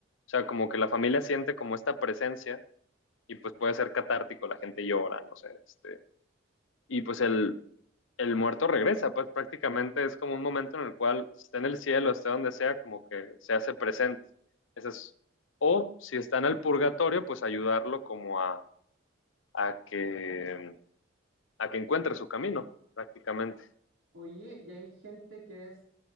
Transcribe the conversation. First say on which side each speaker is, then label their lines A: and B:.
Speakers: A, on the left; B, on the right.
A: o sea, como que la familia siente como esta presencia y pues puede ser catártico, la gente llora, no sé, este, y pues el, el muerto regresa, pues prácticamente es como un momento en el cual esté en el cielo, esté donde sea, como que se hace presente. Ese es- o si está en el purgatorio, pues ayudarlo como a, a que, a que encuentre su camino, prácticamente.
B: Oye, y hay gente que es